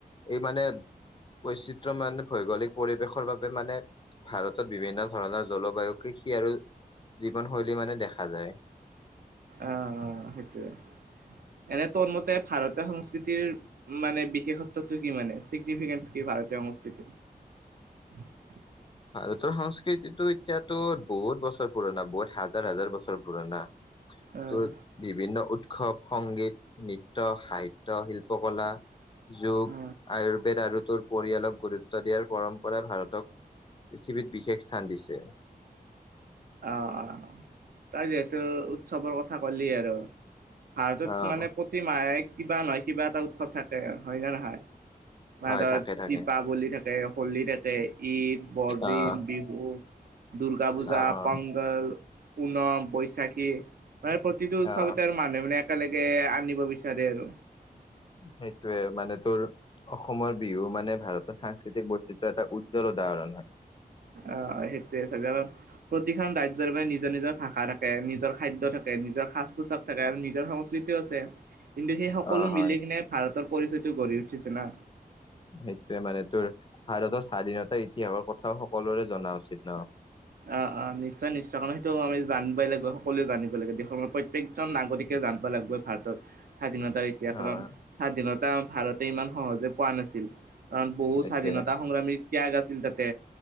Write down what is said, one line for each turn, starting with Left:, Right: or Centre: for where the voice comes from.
Left: এই মানে বৈচিত্ৰয় মান ভৌগলিক পৰিৱেশৰ বাবে মানে ভাৰতত বিভিন্ন ধৰণৰ জলবায়ু কৃষি আৰু জীৱন শৈলী মানে দেখা যায়।
Right: অ' অ' সেইটোৱে। এনে তোৰ মতে ভাৰতীয় সংস্কৃতিৰ মানে বিশেষত্বটো কি মানে চিগনিফিকেনচ। কি ভাৰতীয় সংস্কৃতি।
Left: ভাৰতৰ সংস্কৃতিতটো এতিয়াতো বহুত বছৰ পুৰণা বহুত হাজাৰ হাজাৰ বছৰ পুৰণা।
Right: উম,
Left: তো বিভিন্ন উৎ উৎসৱ, সংগীত, নৃত্য, সাহিত্য, শিল্পকলা। যোগ
Right: উম।
Left: আয়ুৰ্বেদ আৰু তোৰ পৰিয়ালক গুৰুত্ব দিয়াৰ পৰম্পৰাই ভাৰতক। পৃথিৱীত বিশেষ স্থান দিছে।
Right: অ' অ' তই যিহেতু উৎসৱৰ কথা ক'লি আৰু। ভাৰতত
Left: অ',
Right: মানে প্ৰতিমাহে কিবা নহয় কিবা এটা উৎসৱ থাকে হয় ন নহয়। মানে
Left: হয়
Right: ধৰ
Left: থাকে থাকে।
Right: দীপাৱলী থাকে হলী থাকে। ঈদ বৰদিন
Left: অ',
Right: বিহু দুৰ্গা পূজা
Left: অ',
Right: পংগল। পুনম বৈশাখী মানে প্ৰতিটো উৎসৱতে
Left: অ', অ'।
Right: মানুহ মানে একেলগে আনিব বিচাৰে আৰু।
Left: সেইটোৱে মানে তোৰ। অসমৰ বিহু মানে ভাৰতৰ সাংস্কৃতিক বৈচিত্ৰ্যয়ৰ এটা উজ্জ্বল উদাহৰণ হয়।
Right: অ' সেইটোৱে ছাগে কাৰণ প্ৰতিখন ৰাজ নিজৰ নিজৰ ভাষা থাকে নিজৰ খাদ্য থাকে, নিজৰ সাজ পোছাক থাকে আৰু নিজৰ সংস্কৃতিও আছে। কিন্তু সেই সকলো
Left: অ' হয়
Right: মিলি কিনে ভাৰতৰ পৰিচয়টো গঢ়ি উঠিছে না।
Left: সেইটোয়ে মানে তোৰ ভাৰতৰ স্বাধীনতাৰ ইতিহাসৰ কথাও সকলোৰে জনা উচিত ন।
Right: অ' অ' নিশ্চয় নিশ্চয় কাৰণ সেইটো আমি জানিবই লাগিব সকলোৱে জানিবই লাগে দেশৰ প্ৰত্যেকজন নাগৰিকে জানিব লাগিবৈ ভাৰতৰ স্বাধীনতাৰ ইতিয়াসত
Left: অ'
Right: স্বাধীনতা এটা ভাৰতে ইমান সহজে পোৱা নাছিল, কাৰণ বহু
Left: সেইটোয়ে
Right: স্বাধীনতা সংগ্ৰামী ত্যাগ আছিল, তাতে